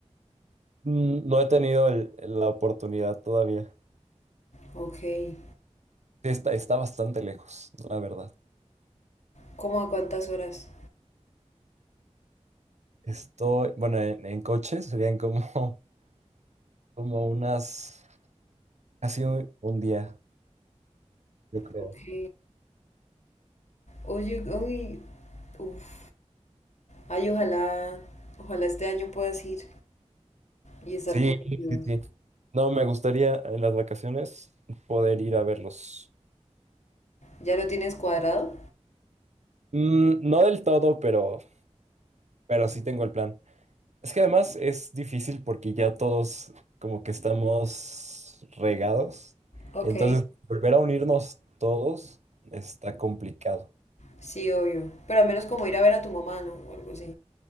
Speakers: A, on the right; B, on the left.
A: Mm, No he tenido el- la oportunidad todavía.
B: Ok,
A: Sí, Está, está bastante lejos, la verdad.
B: ¿cómo a cuántas horas?
A: Estoy, bueno, en, en coche serían como, <laughs> como unas, casi un, un día, yo creo.
B: Ok, oye, uy, uff, ay, ojalá, ojalá este año puedas ir y estar
A: Sí,
B: con ellos.
A: sí, sí. No, me gustaría en las vacaciones poder ir a verlos.
B: ¿Ya lo tienes cuadrado?
A: Mm, no del todo, pero, pero sí tengo el plan. Es que además es difícil porque ya todos como que estamos regados.
B: Ok,
A: Entonces, volver a unirnos todos está complicado.
B: sí, obvio, pero al menos como ir a ver a tu mamá, ¿no? O algo así.